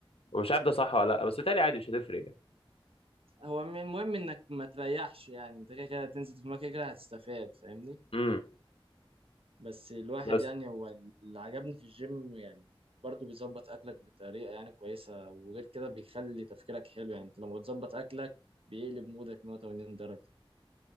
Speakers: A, on the left (about 75°); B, on the right (about 75°).
A: ومش عارف ده صح ولا لا بس تاني عادي مش هتفرق يعني
B: هو من- المهم انك ما تريحش يعني انت كده كده تنزل في المكان كده هتستفاد فاهمني
A: امم
B: بس الواحد
A: بس
B: يعني هو اللي عجبني في الجيم يعني برضه بيظبط اكلك بطريقه يعني كويسه وغير كده بيخلي تفكيرك حلو يعني انت لما بتظبط اكلك بيقلب مودك 180 درجه